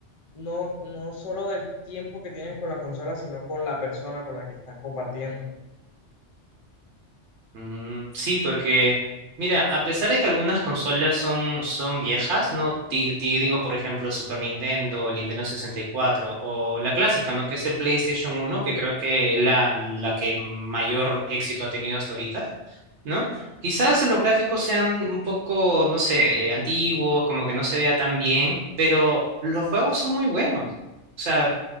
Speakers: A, on the left; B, on the right.
A: no, no solo del tiempo que tienes con la consola, sino con la persona con la que estás compartiendo.
B: Mm, sí, porque, mira, a pesar de que algunas consolas son, son viejas, ¿no? Ti- ti- digo, por ejemplo, Super Nintendo, el Nintendo 64 o la clásica, ¿no? Que es el PlayStation uno, que creo que es la, la que mayor éxito ha tenido hasta ahorita, ¿no? Quizás los gráficos sean un poco, no sé, eh, antiguos, como que no se vea tan bien, pero los juegos son muy buenos. o sea